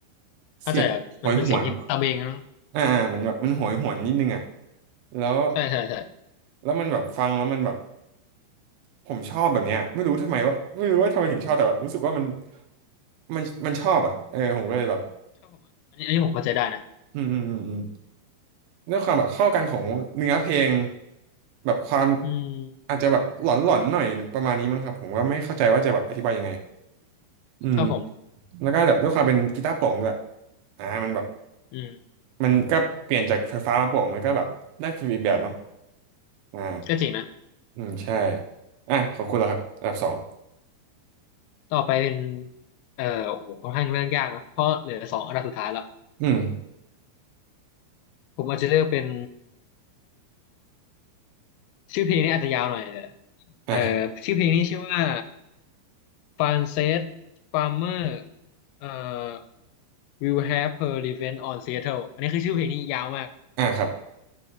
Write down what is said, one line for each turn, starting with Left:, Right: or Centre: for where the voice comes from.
Left: เข้าใจครับมันเป็นเสียงที่ตะเบงนะ
Right: เสียงหวยหวน อ่าอ่าเหมือนแบบมันโหยหวนนิดนึงอ่ะแล้ว
Left: ใช่ใช่ใช่
Right: แล้วมันแบบฟังแล้วมันแบบผมชอบแบบเนี้ยไม่รู้ทำไมว่าไม่รู้ว่าทำไมถึงชอบแต่แบบรู้สึกว่ามันมันมันชอบอ่ะเออผมก็เลยแบบ
Left: ครับผมอันนี้อันนี้ผมเข้าใจได้นะ
Right: อืมอืมอืมอืมด้วยความแบบเข้ากันของเนื้อเพลงแบบความ
Left: อืม
Right: อาจจะแบบหลอนหลอนหน่อยประมาณนี้มั้งครับผมก็ไม่เข้าใจว่าจะแบบอธิบายยังไงอืม
Left: ครับผม
Right: แล้วก็แบบด้วยความเป็นกีตาร์โปร่งด้วยอ่ามันแบบ
Left: อืม
Right: มันก็เปลี่ยนจากไฟฟ้ามาโปร่งมันก็แบบได้ฟีลอีกแบบเนาะ อ่า
Left: ก็จริงนะ
Right: อืมใช่อ่ะขอบคุณแล้วครับอันดับสอง
Left: ต่อไปเป็นเอ่อโอ้โหค่อนข้างเรื่องยากนะเพราะเหลือสองอันดับสุดท้ายละ
Right: อืม
Left: ผมอาจจะเลือกเป็น ชื่อเพลงนี้อาจจะยาวหน่อยแต่
Right: อ่าครับ
Left: เอ่อชื่อเพลงนี้ชื่อว่า Frances Farmer เอ่อ Will Have Her Revenge on Seattle อันนี้คือชื่อเพลงนี้ยาวมาก
Right: อ่าครับ